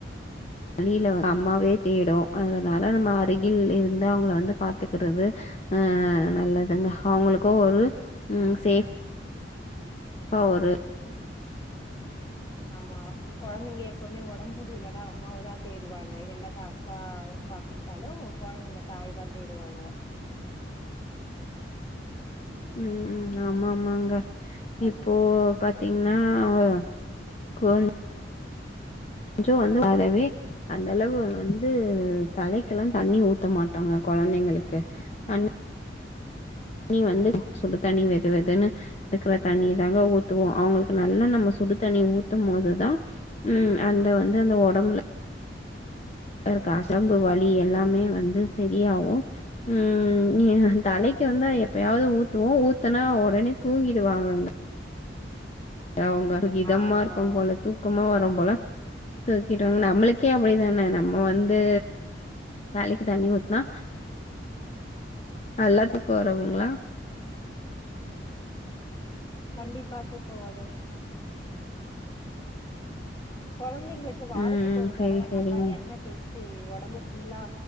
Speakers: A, on the left; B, on the left.
A: வழியிலவ அம்மாவே தேடும் அதனால நம்ம அருகில் இருந்து அவங்கள வந்து பாத்துக்கறிறது ஆ நல்லதுங்க அவங்களுக்கும் ஒரு
B: ம்
A: சேஃப் <inaudible> ப்பா ஒரு
B: ஆமா ப்ப கொழந்தைங்க எப்பவுமே உடம்புடியலனா அம்மாவதா தேடுவாங்க என்னதான் அப்பா பாத்துட்டாலும் கொலந்தைங்க தாய தான் தேடுவாங்க
A: ம்ம் ம்ம் ஆமா ஆமாங்க
B: ஹலோ
A: இப்போ பாத்தீங்னா ஆ கொஞ் கொஞ்ஜோ வந்து வரவே அந்தளவு வந்து தலைக்கெலாம் தண்ணி ஊத்த மாட்டாங்க கொலந்தைங்களுக்கு தண் நீ வந்து
B: ம்
A: சுடு தனி வச் வெது வெதுனு இருக்கற தண்ணியதாங்க
B: ம்
A: ஊத்துவோம் அவங்களுக் நல்ல நம்ம சுடு தண்ணி ஊத்தும் போதுதான் ம் அந்த வந்து அந்த உடம்புல னக்கு அசம்பு வலி எல்லாமே வந்து சரியாவும் ம்ம் தலைக்கு கி வந்தா எப்பயாவது
B: ம்
A: ஊத்துவோம் ஊத் த்தனா உடனே தூங்கிடுவாங்கங்க அவங்க இதமா
B: ஆமா
A: இருக்கும் போல தூக்கமா வரும் போல தூக்கிட்டுவங் நம்ளுக்கே அப்படிதானே நம்ம வந்து தலைக்கு தண்ணி ஊத்துனா நல்லா தூக்கம் வரவுங்களா
B: கண்டிப்பா தூக்கம் வரும் கொலந்தைங்களுக்கு வாரத்துக்கு
A: ம்
B: ஒரு
A: செரி
B: தடவ
A: செரிங்க
B: நல்லா எண்ணெய் தே ச்சு உடம்பு புல்லா